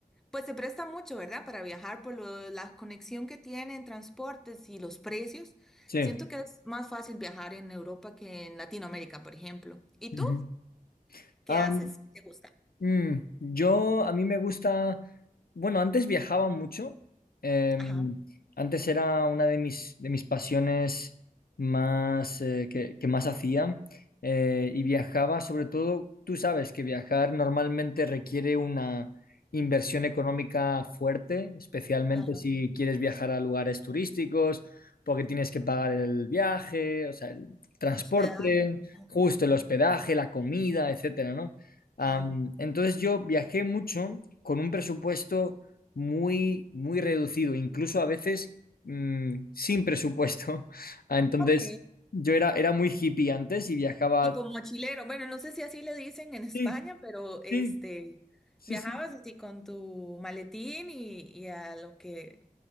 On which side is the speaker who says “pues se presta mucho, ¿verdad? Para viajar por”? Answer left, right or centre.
Centre